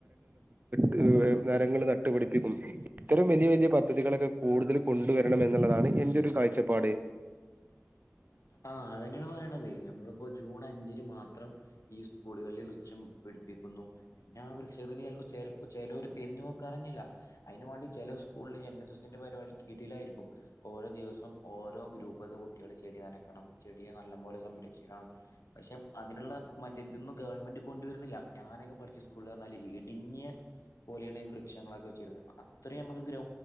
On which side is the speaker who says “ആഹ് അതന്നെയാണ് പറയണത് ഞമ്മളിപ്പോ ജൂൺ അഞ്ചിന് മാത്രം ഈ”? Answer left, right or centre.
Left